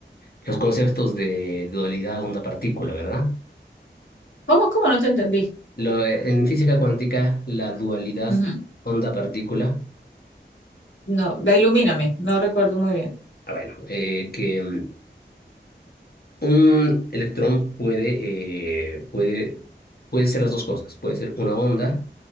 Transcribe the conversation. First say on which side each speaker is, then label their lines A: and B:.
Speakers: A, on the left; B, on the left.
A: los conceptos de dualidad onda-partícula, ¿verdad?
B: ¿Cómo, cómo no te entendí?
A: Lo, eh, en física cuántica, la dualidad
B: Ujú.
A: onda-partícula,
B: No, ve, ilumíname, no recuerdo muy bien.
A: ah, bueno, eh, que mm, un electrón puede, eh, puede, puede ser las dos cosas, puede ser una onda